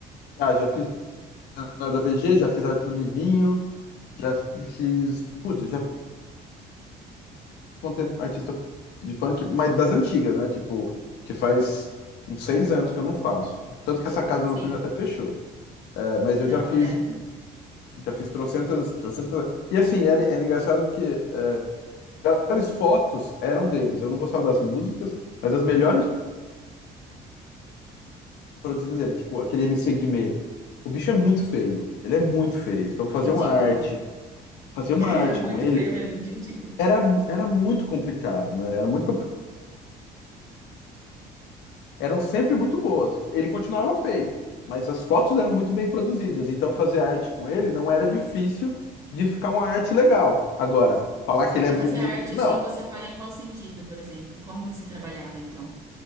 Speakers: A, on the left; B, on the right.
A: ah já fiz menor da VG, já fiz arte do Livinho, já fiz. Putz, eu já contei artista de funk, mas das antigas, né? Tipo, que faz uns seis anos que eu não faço. Tanto que essa casa
B: Sim.
A: noturna até fechou. É, mas
B: Não,
A: eu já fiz,
B: é
A: já fiz trocentas, trocentas. E assim, era, era engraçado porque é, as melhores fotos eram deles. Eu não gostava das músicas, mas as melhores produzidas dele, tipo aquele MC Guimê. O bicho é muito feio, ele é muito feio. Então fazer
B: ridículo.
A: uma arte,
B: <laughs>
A: fazer uma
B: É
A: arte
B: muito
A: com ele
B: feio mesmo, de ridículo.
A: era, era muito complicado, né? Era muito complicado. Eram sempre muito boas. Ele continuava feio, mas as fotos eram muito bem produzidas. Então fazer arte com ele não era difícil de ficar uma arte legal. Agora, falar que ele
B: E
A: é bonito,
B: fazer arte
A: não.
B: assim, você fala em qual sentido, por exemplo? Como você trabalhava então?